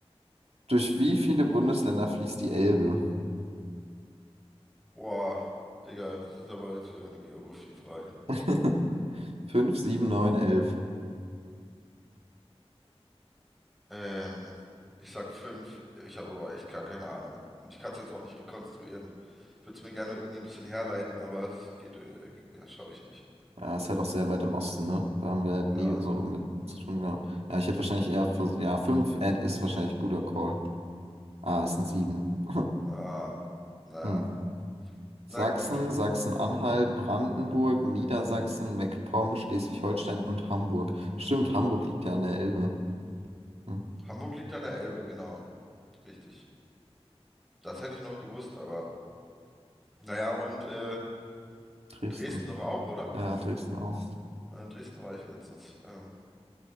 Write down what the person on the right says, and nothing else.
durch wie viele Bundesländer fließt die Elbe?
<laughs> Fünf, sieben, neun, elf.
Ja, ist halt auch sehr weit im Osten, ne? Da haben wir halt
nie so mit zu tun gehabt. Ja, ich hätte wahrscheinlich eher vers- ja, fünf Ad ist wahrscheinlich guter Call. Ah, es sind sieben. <laughs>
Hm. Sachsen,
Sachsen-Anhalt, Brandenburg, Niedersachsen, MacPom, Schleswig-Holstein und Hamburg. Stimmt, Hamburg liegt ja an der Elbe. Hm.
Dresden.
Ja, Dresden auch.